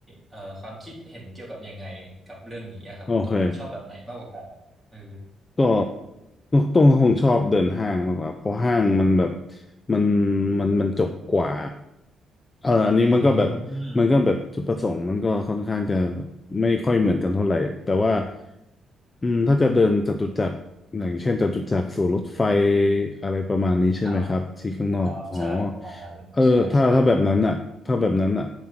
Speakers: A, in the centre; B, on the left.
A: เอ่อความคิดเห็นเกี่ยวกับยังไงกับเรื่องนี้อะครับคุณต้นแบบชอบแบบไหนมากกว่ากันเออ
B: โอเค ก็ต้องคงชอบเดินห้างมากกว่าเพราะห้างมันแบบมันมันมันจบกว่าเอออันนี้มันก็แบบมันก็แบบจุดประสงค์มันก็ค่อนข้างจะ
A: อืม
B: ไม่ค่อยเหมือนกันเท่าไหร่แต่ว่าอืมถ้าจะเดินจตุจักรอย่างเช่นจตุจักรสู่รถไฟอะไรประมาณนี้ใช่ไหมครับที่ข้างนอกอ๋อ
A: ครับครับใช่ประมาณนั้นใช่ใช่
B: เออถ้าถ้าแบบนั้นอ่ะถ้าแบบนั้นอ่ะ